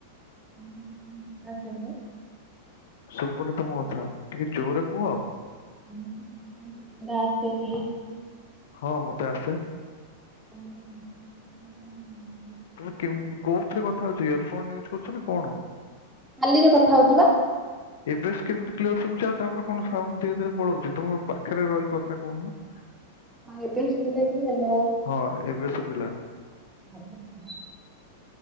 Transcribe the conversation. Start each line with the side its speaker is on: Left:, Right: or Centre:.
Centre: <inaudible>
Left: ଶୁଭୁନି ତମ କଥା ଟିକେ ଜୋରରେ କୁହ?
Centre: ତମକୁ ଚିକେନ୍ ପକଡା ଆସେକି?
Left: ହଁ ମତେ ଆସେ।
Centre: <inaudible>
Left: ତମେ କୋଉଥିରେ କଥା ହଉଛି ଇୟର ଫୋନ ୟୁଜ୍ କରୁଛ ନା କଣ?
Centre: ଖାଲିରେ କଥା ହଉଛି ବା।
Left: ଏବେ କେମିତି କ୍ଲିଅର ଶୁଭୁଚି, ଆଉ ତାପରେ କଣ ସାଉଣ୍ଡ ଧୀରେ ଧୀରେ ପଳଉଛି। ତମ ପାଖରେ ରହି କଥା କହୁନ? ହଁ
Centre: ହଁ ଏବେ ଶୁଭିଲା କି ମୋ
Left: ହଁ ଏବେ ଶୁବିଲା।
Centre: ହ <inaudible>